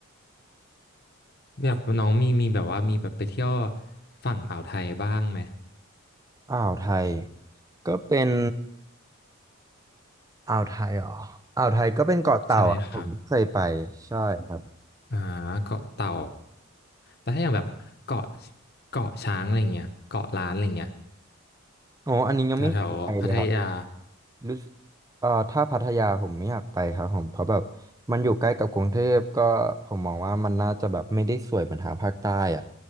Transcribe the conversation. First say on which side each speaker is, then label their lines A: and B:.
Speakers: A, on the left; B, on the right.
A: แบบน้องมีมีแบบว่ามีแบบไปเที่ยวฝั่งอ่าวไทยบ้างไหม
B: อ่าวไทยก็เป็นอ่าวไทยเหรออ่าวไทยก็เป็นเกาะเต่าอะผมเคยไป
A: ใช่ครับ
B: ใช่ครับ
A: อ่าเกาะเต่าแต่ถ้าอย่างแบบเกาะเกาะช้างอะไรเงี้ยเกาะล้านอะไรเงี้ย
B: โอ้อันนี้ยังไม่เคยไปเลยครับ
A: แถวแถวพัทยา
B: รู้สึกเอ่อถ้าพัทยาผมไม่อยากไปครับผมเพราะแบบมันอยู่ใกล้กับกรุงเทพก็ผมมองว่ามันน่าจะแบบไม่ได้สวยเหมือนทางภาคใต้อ่ะ